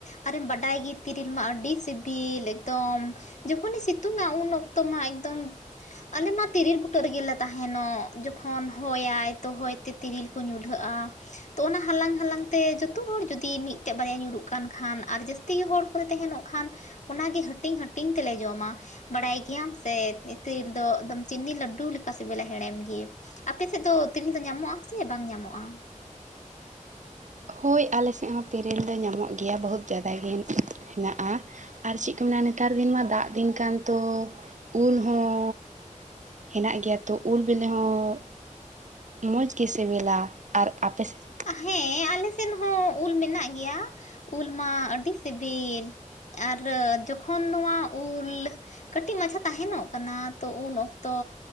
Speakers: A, on the left; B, on the right.
A: ᱟᱨ ᱮᱢ ᱵᱟᱰᱟᱭ ᱜᱮ ᱛᱤᱨᱤᱞ ᱢᱟ ᱟᱹᱰᱤ ᱥᱤᱵᱤᱞ ᱮᱠᱫᱚᱢ᱾ ᱡᱚᱠᱷᱚᱱᱮ ᱥᱤᱛᱩᱝᱼᱟ, ᱩᱱ ᱚᱠᱛᱚ ᱢᱟ ᱮᱠᱫᱚᱢ ᱟᱞᱮ ᱢᱟ ᱛᱤᱨᱤᱞ ᱵᱩᱴᱟᱹ ᱨᱮᱜᱮ ᱛᱟᱦᱮᱱᱚᱜ, ᱡᱚᱠᱷᱚᱱ ᱦᱚᱭ-ᱟᱭ ᱛᱚ ᱦᱚᱭ ᱛᱮᱨᱤᱞ ᱠᱚ ᱧᱩᱨᱦᱟᱹᱜᱼᱟ᱾ ᱛᱚ ᱚᱱᱟ ᱦᱟᱞᱟᱝ ᱦᱟᱞᱟᱝ ᱛᱮ ᱡᱚᱛᱚ ᱦᱚᱲ ᱡᱩᱫᱤ ᱢᱤᱫᱴᱮᱱ ᱵᱟᱨᱭᱟ ᱧᱩᱨᱩᱜ ᱠᱟᱱ ᱠᱷᱟᱱ ᱟᱨ ᱡᱟᱹᱥᱛᱤ ᱜᱮ ᱦᱚᱲ ᱠᱚᱨᱮ ᱛᱟᱦᱮᱱᱚᱜ ᱠᱷᱟᱱ ᱚᱱᱟᱜᱮ ᱦᱟᱹᱴᱤᱧ ᱦᱟᱹᱴᱤᱧ ᱛᱮᱞᱮ ᱡᱚᱢᱟ᱾ ᱵᱟᱲᱟᱭ ᱜᱮᱭᱟᱢ ᱥᱮ ᱤᱛᱤᱞ ᱫᱚ ᱮᱠᱫᱚᱢ ᱪᱤᱱᱤ ᱞᱟᱹᱰᱩ ᱞᱮᱠᱟ ᱥᱤᱵᱤᱞᱟ ᱦᱮᱲᱮᱢ ᱜᱮ᱾ ᱟᱯᱮ ᱥᱮᱫ ᱫᱚ ᱛᱤᱨᱤᱞ ᱫᱚ ᱧᱟᱢᱚᱜ ᱟᱥᱮ ᱵᱟᱝ ᱧᱟᱢᱚᱜᱼᱟ?
B: ᱦᱳᱭ ᱟᱞᱮᱥᱮᱫ ᱦᱚᱸ ᱛᱨᱮᱤᱞ ᱫᱚ ᱧᱟᱢᱚᱜ ᱜᱮᱭᱟ, ᱵᱚᱦᱩᱛ ᱡᱟᱫᱟ ᱜᱮ ᱦᱮᱱᱟᱜᱼᱟ᱾ ᱟᱨ ᱪᱮᱫ ᱠᱚ ᱢᱮᱱᱟ ᱱᱮᱛᱟᱨ ᱫᱤᱱ ᱢᱟ ᱫᱟᱜ ᱫᱤᱱ ᱠᱟᱱ ᱛᱚ ᱩᱞ ᱦᱚᱸ ᱦᱮᱱᱟᱜ ᱜᱮᱭᱟ ᱛᱚ ᱩᱞ ᱵᱤᱞᱤ ᱦᱚᱸ ᱢᱚᱡᱽ ᱜᱮ ᱥᱤᱵᱤᱞᱟ ᱟᱨ ᱟᱯᱮ ᱥᱮᱫ
A: ᱦᱮᱸ ᱟᱞᱮ ᱥᱮᱫ ᱦᱚᱸ ᱩᱞ ᱢᱮᱱᱟᱜ ᱜᱮᱭᱟ ᱩᱞ ᱢᱟ ᱟᱹᱰᱤ ᱥᱤᱵᱤᱞ ᱟᱨ ᱡᱚᱠᱷᱚᱱ ᱱᱚᱣᱟ ᱩᱞ ᱠᱟᱹᱴᱤᱡ ᱢᱟᱪᱷᱟ ᱛᱟᱦᱮᱱᱚᱜ ᱠᱟᱱᱟ ᱛᱚ ᱩᱱ ᱚᱠᱛᱚ